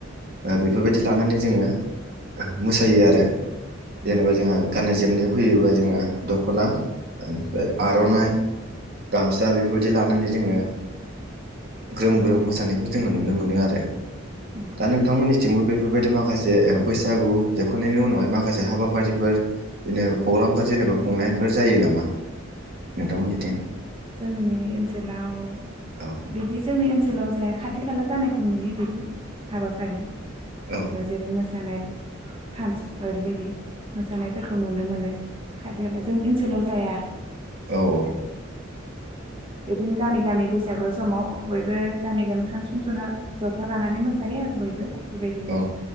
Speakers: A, on the right; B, on the right.
A: ओ बेफोरबायदि लानानै जोङो मोसायो आरो
B: नंगौ
A: जेनेबा जोंहा गाननाय जोमनायाव फैयोबा जोङो दख'ना बेनिफ्राय आर'नाइ गामसा बेफोरबायदि लानानै जोङो ग्रोम ग्रोम मोसा जोङो नुनो मोनो आरो
B: नंगौ
A: दा नोंथांमोन थिंबो बेफोरबायदि माखासे बैसागु जेखांनायनि उनावहाय माखासे हाबाफारिफोर बिदिनो प्रग्रामफोर जेनेबा खुंनायफोर जायो नामा नोंथांमोननिथिं
B: जोंनि ओनसोलाव
A: औ
B: बिदि जोंनि ओनसोलाव जाया खा खाथि खाला जानायखौ नुयो बिदि हाबाफारि
A: औ
B: <unintelligible> मोसानाय फान्सन ओरैबायदि मोसानायफोरखौ नुनो मोनो खाथि खाला जोंनि ओनसोलाव जाय आर'
A: औ औ
B: बिदिनो गामि गामि बैसागो समाव बयबो गामि गामि खान सुंज'ना जथा लानानै मोसायो आरो बयबो। बेबायदि नो
A: औ